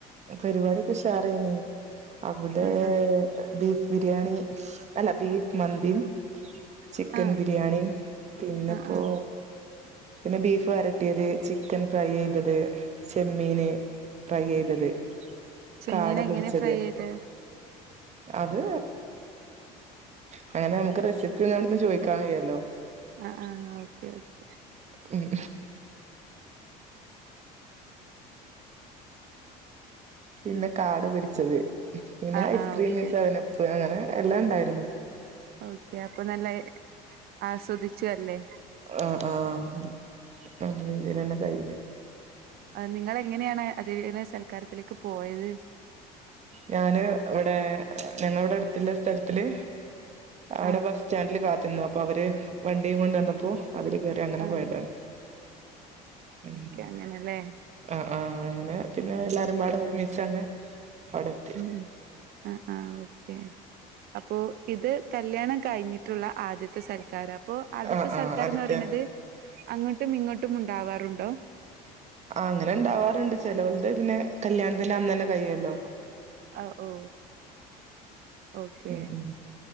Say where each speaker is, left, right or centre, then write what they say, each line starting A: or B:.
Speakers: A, on the right (about 35°); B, on the right (about 55°).
A: പരിപാടിക്കേ ഉഷാറായിന്ന് അവിടെ
B: ആ ആ
A: ബീഫ് ബിരിയാണി അല്ലാ ബീഫ് മന്തിയും ചിക്കൻ
B: ആ
A: ബിരിയാണിയും പിന്നെ
B: ആ
A: ഇപ്പോ
B: ആ
A: പിന്നെ ബീഫ് വരട്ടിയത് ചിക്കൻ ഫ്രൈ ചെയ്താത് ചെമ്മീന് ഫ്രൈ ചെയ്താത്
B: ചെമ്മീൻ
A: കാട
B: എങ്ങനെ
A: പൊരിച്ചത്
B: ഫ്രൈ ചെയ്ത്
A: അത് അങ്ങനെ ഞമ്മക്ക് റെസിപ്പി <unintelligible> ചോയിക്ക്യൻ ഇല്ലാ അല്ലേ
B: ആഹ് ആഹ് ഓക്കെ ഓക്കെ
A: ഉം പിന്നെ കാട് പൊരിച്ചത് പിന്നെ
B: ആഹ്
A: ഐസ്ക്രീം
B: ആഹ് ഓക്കെ
A: മിസ്വവനപ്പ് അങ്ങനെ എല്ലാം ഒണ്ടായിര്ന്നു
B: <unintelligible> ഒക്കെ അപ്പാ നല്ല ആസ്വദിച്ചു അല്ലേ
A: ആഹ് ആഹ് നല്ല രീതില് തന്നെ കയിഞ്ഞു
B: ആഹ് നിങ്ങള് എങ്ങനെയാണ് അത് സൽക്കാരത്തിലേക്ക് പോയത്
A: ഞാന് ഇവടെ ഞങ്ങ ളെ ഇവി ടെ അടുത്തുള്ള സ്ഥലത്തില് അവി
B: ആഹ്
A: ടെ ബെസ് സ്റ്റാൻഡില് കാത്തിന്നു അപ്പൊ അവര് വണ്ടിയും കൊണ്ട് വന്നപ്പോ അവര് കേയറി അങ്ങനെ
B: ആഹ്
A: പോയതാണ് ഉം
B: അങ്ങനെ
A: ആഹ് ആഹ് അങ്ങനെ പിന്നെ എല്ലാരും പാടെ ഒര്മിച്ച് അങ്ങ് അവടെ എത്തി
B: ഉം ആഹ് ആഹ് ഓക്കെ അപ്പോ ഇത് കല്യാണം കയിഞ്ഞിട്ടു ള്ള ആദ്യത്തെ സൽക്കാരം അപ്പോ ആദ്യത്തെ
A: ആഹ് ആഹ്
B: സർക്കാരം
A: അടുത്തെ
B: എന്ന് പറയണാത് അങ്ങോട്ടും ഇങ്ങോട്ടും ഉണ്ടാവാറുൻണ്ടോ
A: ആഹാ അങ്ങനെ ഇണ്ടാവാറോണ്ട് ചെലൽതു പിന്നെ കല്യാണത്തിന് അന്ന് തന്നെ കയിഴിയും മല്ലോ
B: ആഹ് ഓ ഓക്കെ
A: ഉം ഉം